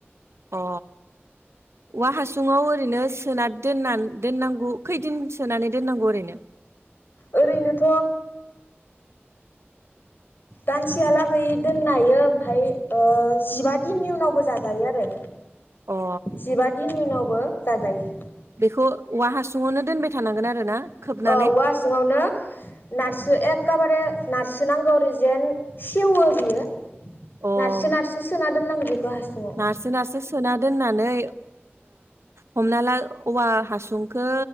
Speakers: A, on the right; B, on the left.
A: अ औवा हासुङाव ओरैनो सोना दोन दोननांगौ खैदिन सोनानै दोननांगौ ओरैनो
B: ओरैनोथ' दानसेहालागै दोननो हायो ओमफ्राय जिबा दिननि उनावबो जाजायो आरो।
A: अ
B: जिबा दिन उनावबो जाजायो।
A: बेखौ औवा हासुङावनो दोनबाय थानांगोन आरो ना। खोबनानै
B: अ औवा सिङावनो नारसो एम एखेबारे नारसोनांगौ ओरैजेन सेवो बियो
A: अ
B: नारसो नारसो सोना दोननांगौ बेखौ हासुङाव
A: नारसो नारसो सोना दोना नै हमना ला औवा हासुंखौ